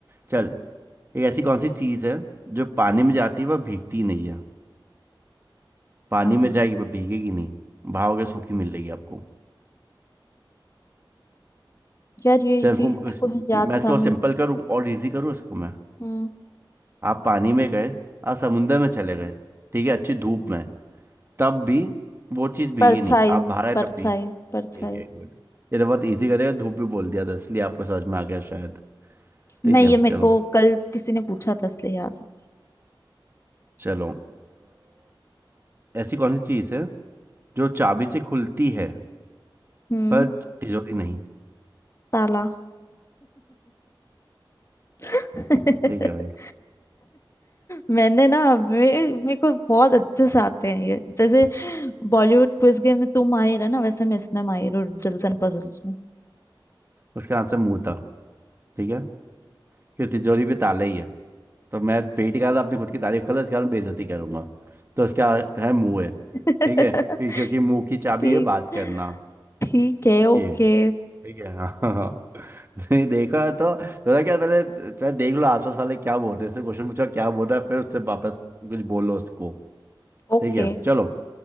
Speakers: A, on the right; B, on the left.
A: चल एक ऐसी कौन सी चीज़ है जो पानी में जाती है पर भीगती नहीं है पानी
B: हाँ
A: में जाएगी पर भीगेगी नहीं भागोगे सूखी मिलेगी आपको
B: यार ये
A: चल
B: ये
A: हम
B: मेरे
A: इस,
B: को याद
A: मैं इसको
B: था मैं
A: सिंपल करूँ और इजी करूँ इसको मैं
B: हम्म
A: आप पानी में गए आप समुंदर में चले गए ठीक है अच्छी धूप में तब भी वो चीज भीगी
B: परछाई
A: नहीं आप बाहर आए
B: परछाई
A: तब भी
B: परछाई
A: ठीक है गुड ये तो बहुत इजी करेगा धूप भी बोल दिया था इसलिए आपको समझ में आ गया शायद ठीक
B: नहीं
A: है
B: ये मेरे
A: चलो
B: को कल किसी ने पूछा था इसलिए याद है।
A: चलो अ, ऐसी कौन सी चीज है जो चाबी से खुलती है
B: हम्म
A: पर तिजोरी नहीं
B: ताला <laughs>
A: ठीक है भाई
B: मैंने ना मे मेरे को बहुत अच्छे से आते हैं ये जैसे बॉलीवुड क्विज गेम में तू माहिर है ना वैसे मैं इसमें माहिर हूँ रिडल्स एंड पजल्स में
A: उसका आंसर मुंह था ठीक है फिर तिजोरी भी ताला ही है तो मैं पेट का था अपनी खुद की तारीफ कर लो इसके कारण बेइज्जती करूंगा तो उसका है मुंह है
B: <laughs>
A: ठीक है क्योंकि क्योंकि मुंह की चाबी
B: ठीक
A: है बात करना
B: ठीक है ओके
A: ये ठीक है हाँ <laughs> नहीं देखा तो थोड़ा क्या पहले पहले देख लो आसपास वाले क्या बोल रहे हैं से क्वेश्चन पूछो क्या बोल रहा है फिर उससे वापस कुछ बोलो उसको
B: ओके
A: ठीक है चलो